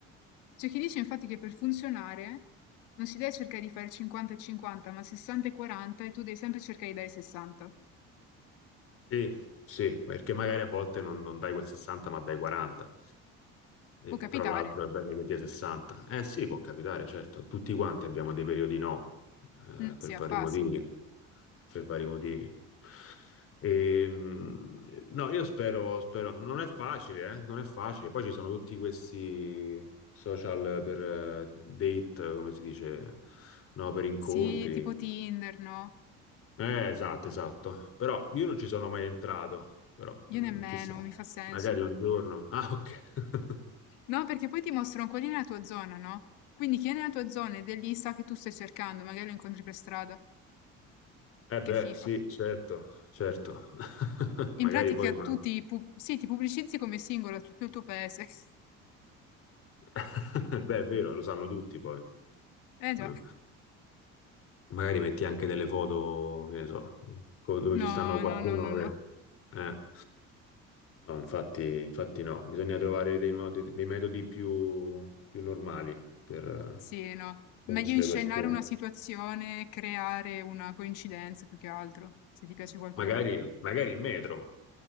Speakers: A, on the left; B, on the left.
A: C'è chi dice infatti che per funzionare non si deve cercare di fare 50 e 50, ma 60 e 40 e tu devi sempre cercare di dare 60.
B: Sì, sì, perché magari a volte non, non dai quel 60 ma dai 40, E-
A: Può capitare,
B: però l'altro è bene che dia 60. Eh sì, può capitare, certo, tutti quanti abbiamo dei periodi no, eh,
A: mm, sì,
B: per
A: a
B: vari
A: fasi.
B: motivi, per vari motivi. Ehm, no, io spero, spero, non è facile, eh, non è facile. Poi ci sono tutti questi social per eh, date, come si dice, no, per incontri.
A: Sì, tipo Tinder, no?
B: Eh, esatto, esatto. Però io non ci sono mai entrato, però
A: Io
B: mm,
A: nemmeno,
B: chissà,
A: mi fa senso.
B: magari un giorno. Ah, ok. <laughs>
A: No, perché poi ti mostrano qual è la tua zona, no? Quindi chi è nella tua zona ed è lì sa che tu stai cercando, magari lo incontri per strada.
B: Eh
A: Che
B: beh,
A: fifa.
B: sì, certo, certo. <laughs> Magari
A: In pratica
B: poi...
A: tu
B: ma-
A: ti, pu- sì, ti pubblicizzi come singolo a tutto il tuo paese. <laughs>
B: <laughs> Beh, è vero, lo sanno tutti poi.
A: Eh già.
B: No. Magari metti anche delle foto, che ne so, co- dove ci
A: No,
B: stanno qualcuno.
A: no, no, no,
B: che-
A: no.
B: Eh. No, infatti, infatti no, bisogna trovare dei modi- dei metodi più, più normali per eh,
A: Sì, no.
B: conoscere
A: Meglio inscenare
B: le persone.
A: una situazione, creare una coincidenza più che altro, se ti piace qualcuno.
B: Magari, magari in metro.